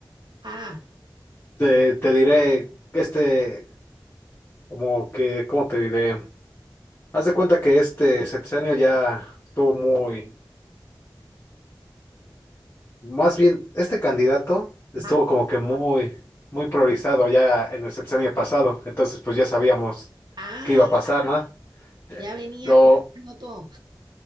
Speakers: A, on the right (about 65°); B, on the left (about 30°).
A: Ah,
B: te, te diré que este, como que, ¿cómo te diré? Haz de cuenta que este sexenio ya estuvo muy... Más bien, este candidato estuvo
A: ajá.
B: como que muy, muy priorizado ya en el sexenio pasado, entonces pues ya sabíamos
A: Ah,
B: qué iba a pasar, ¿no?
A: ya venía
B: Lo,
A: cocinando todo.